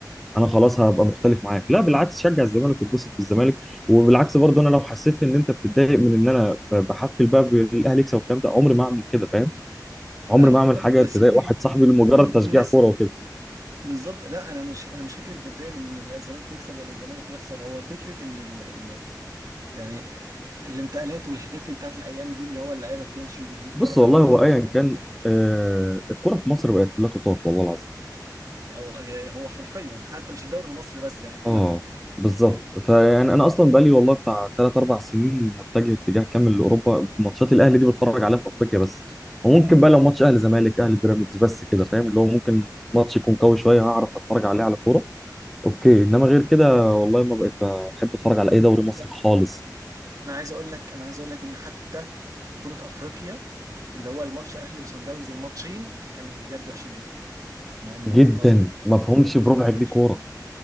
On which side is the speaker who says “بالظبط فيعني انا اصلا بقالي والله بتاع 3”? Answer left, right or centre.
Centre